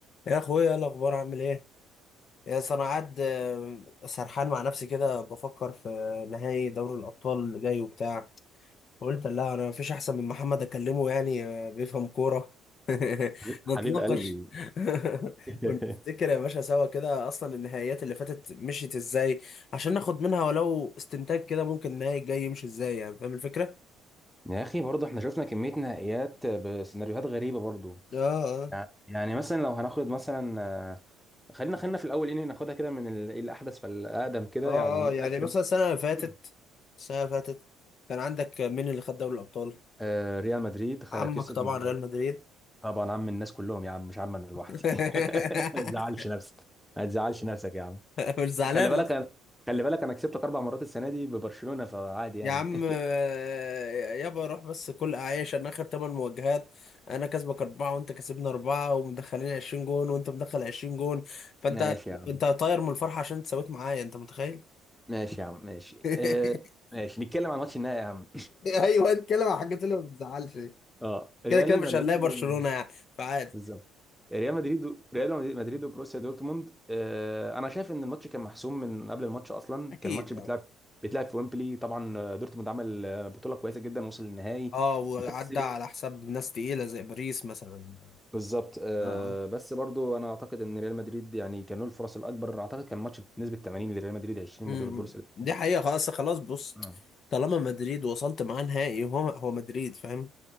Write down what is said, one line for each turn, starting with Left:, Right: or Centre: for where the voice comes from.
Left: يا اخويا ايه الاخبار عامل ايه يا أصل انا قاعد آه، سرحان مع نفسي كده بفكر في نهائي دوري الابطال اللي جاي وبتاع قلت لا انا مفيش احسن من محمد اكلمه يعني آه، بيفهم كوره <laughs>
Centre: حبيب حبيب
Left: نتناقش
Centre: قلبي
Left: <laughs>
Centre: <laughs>
Left: ونفتكر يا باشا سوا كده اصلا النهائيات اللي فاتت مشيت ازاي عشان ناخد منها ولو استنتاج كده ممكن النهائي الجاي يمشي ازاي يعني فاهم الفكره
Centre: يا اخي برضه احنا شفنا كميه نهائيات بسيناريوهات غريبه برضه
Left: اه اه
Centre: يع- يعني مثلا لو هناخد مثلا آه، خلينا خلينا في الاول ان ناخدها كده من ال- الاحدث فالاقدم كده
Left: اه
Centre: يعني
Left: اه يعني
Centre: اخر
Left: مثلا السنه اللي فاتت
Centre: <clears throat>
Left: السنه اللي فاتت كان عندك مين اللي خد دوري الابطال
Centre: آه، ريال مدريد خ-
Left: عمك
Centre: كسب
Left: طبعا
Centre: ب-
Left: ريال مدريد
Centre: طبعا عم الناس كلهم يا عم مش عم انا لوحدي
Left: <laughs>
Centre: <laughs> ما تزعلش نفسك ما تزعلش نفسك يا عم
Left: مش زعلان
Centre: خلي بالك
Left: أصلاً.
Centre: انا خلي بالك انا كسبتك اربع مرات السنه دي ببرشلونه فعادي يعني
Left: يا عم
Centre: <laughs>
Left: آه، يابا روح بس كل اعيش انا اخر ثمان مواجهات انا كسبك اربعه وانت كسبني اربعه ومدخلين 20 جون وانت مدخل 20 جون فانت
Centre: ماشي يا عم
Left: انت طاير من الفرحه عشان انت سويت معايا انت متخيل
Centre: ماشي يا عم ماشي
Left: <laughs>
Centre: آه ماشي نتكلم عن ماتش النهائي يا عم
Left: ايوه اتكلم عن الحاجات اللي ما بتزعلش
Centre: اه ريال
Left: كده كده مش
Centre: مدريد
Left: هنلاقي برشلونه
Centre: و...
Left: يعني فعادي
Centre: بالظبط ريال مدريد و... ريال مدريد وبروسيا دورتموند آه انا شايف ان الماتش كان محسوم من قبل الماتش اصلا
Left: اكيد
Centre: كان الماتش بيتلعب
Left: اه
Centre: بيتلعب في ويمبلي طبعا آه، دورتموند عمل آه، بطوله كويسه جدا وصل للنهائي
Left: آه، وعدى
Centre: بس
Left: على حساب ناس تقيله زي باريس مثلا
Centre: بالظبط آه
Left: اه
Centre: بس برضو انا اعتقد ان ريال مدريد يعني كان له الفرص الاكبر اعتقد كان الماتش بنسبه 80 لريال مدريد 20
Left: امم
Centre: لدور بروسيا دورتموند
Left: دي حقيقة خلاص خلاص بص
Centre: آه.
Left: طالما مدريد وصلت معاه نهائي هو هو مدريد فاهم